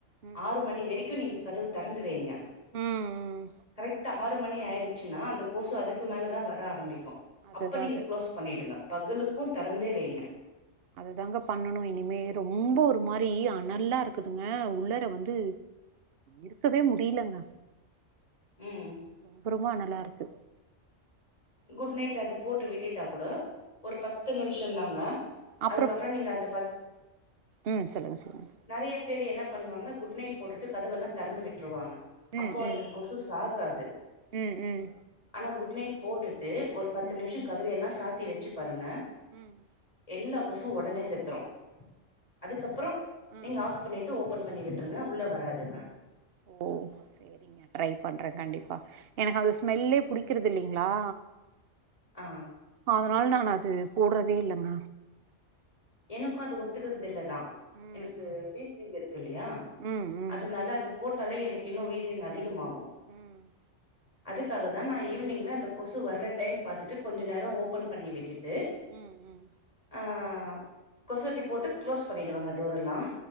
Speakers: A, on the right (about 55°); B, on the left (about 30°).
A: ம்
B: ஆறு மணி வரைக்கு நீங்க கதவு தெறந்து வைங்க
A: ம் ம்
B: கரெக்ட்டா ஆறு மணிஆயிடுச்சின்னா அந்த கொசு அதுக்கு மேலதா வர்ற ஆரம்பிக்கு
A: அதுதா
B: அப்ப நீங்க
A: அது
B: க்ளோஸ் பண்ணிடுங்க பகலுக்கு தெறந்தே வைங்க
A: அதுதாங்க பண்ணணு இனிமே ரொம்ப ஒரு மாரி அனல்லா இருக்குதுங்க உள்ளார வந்து இருக்கவே முடியலங்க
B: ம்
A: ரொம்ப ரொம்ப அனலா இருக்கு
B: குட் நைட் அது போட்டு விட்டுட்டா கூட ஒரு பத்து நிமிஷந்தாங்க
A: அப்புறம்
B: அதுக்கப்ற நீங்க அந்த பத்
A: ம் சொல்லுங்க சொல்லுங்க
B: நெறையா பேரு என்ன பண்ணுவாங்க குட் நைட் போட்டுட்டு கதவெல்லா தெறந்து விட்ருவாங்க
A: ம்
B: அப்போ அது
A: ம்
B: கொசு சாகாது
A: ம் ம்
B: ஆனா குட் நைட் போட்டுட்டு ஒரு பத்து
A: ம்
B: நிமிஷொ கதவ எல்லா சாத்தி வெச்சு பாருங்க
A: ம்
B: எல்லா கொசுவு ஒடனே செத்துரு அதுக்கப்பறோ
A: ம்
B: நீங்க ஆஃப்
A: ம்
B: பண்ணிட்டு ஓப்பன் பண்ணி விட்ருங்க உள்ள வராதுங்க
A: ஓ சேர் செரிங்க ட்ரை பண்ற கண்டிப்பா எனக்கு அது ஸ்மெல்லே புடிக்கறதுல்லிங்களா
B: ஆ
A: அதனால நான் அது போட்றதே இல்லங்க
B: எனக்கு அது ஒத்துக்கறது இல்லதா
A: ம்
B: எனக்கு
A: ம்
B: வீ சிங் இருக்கு இல்லயா
A: ம் ம்
B: அதனால அது போட்டாலே எனக்கு இன்னு வீசிங் அதிகமாகு
A: ம்
B: அதுக்காக தா நா ஈவினிங்ல அந்த கொசு வர்ற டைம் பாத்துட்டு கொஞ்ச நேரோ ஓப்பன் பண்ணி விட்டுட்டு
A: ம் ம்
B: ஆ கொசுவத்தி போட்டு க்ளோஸ் பண்ணிடுவாங்க டோர் எல்லாம்